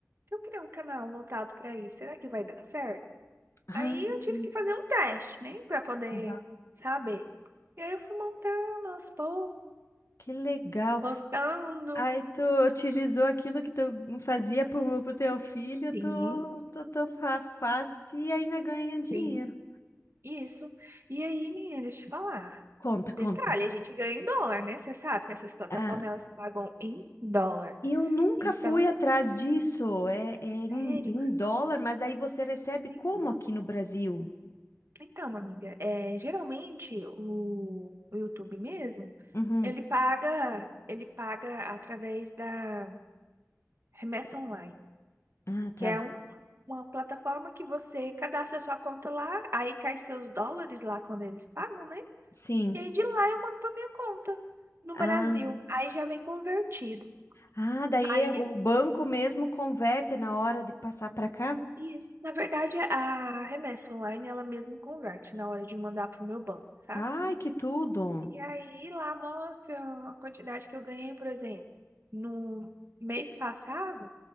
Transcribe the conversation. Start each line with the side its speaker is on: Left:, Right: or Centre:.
Right: se eu criar um canal voltado pra isso, será que vai dar certo?
Left: Ah,
Right: Aí eu
Left: sim.
Right: tive que fazer um teste, né, para poder
Left: Aham.
Right: saber. E aí eu fui montando aos poucos,
Left: Que legal.
Right: gostando.
Left: Aí tu utilizou aquilo que tu fazia pro, pro teu filho,
Right: Sim,
Left: tu, tu, tu fa- faz e ainda ganha dinheiro.
Right: sim, isso. E aí, menina, deixa eu te falar.
Left: Conta, conta.
Right: Detalhe, a gente ganha em dólar, né? Você sabe que essas plataformas
Left: Ah,
Right: elas pagam em dólar.
Left: eu nunca
Right: Então,
Left: fui atrás disso. É, é em,
Right: sério,
Left: em dólar, mas daí você recebe
Right: sim.
Left: como aqui no Brasil?
Right: Então, amiga, é, geralmente o, o YouTube mesmo,
Left: Uhum.
Right: ele paga, ele paga através da remessa online.
Left: Ah, tá.
Right: que é um- uma plataforma que você cadastra sua conta lá, aí cai seus dólares lá quando eles pagam, né?
Left: Sim.
Right: E aí de lá eu mando para minha conta no
Left: Ah,
Right: Brasil. Aí já vem convertido.
Left: ah, daí
Right: Aí,
Left: é- o banco mesmo converte na hora de passar para cá?
Right: isso, na verdade, a remessa online ela mesmo converte na hora de mandar para o meu banco, sabe?
Left: Ai, que tudo!
Right: E aí lá mostra a quantidade que eu ganhei, por exemplo, no mês passado,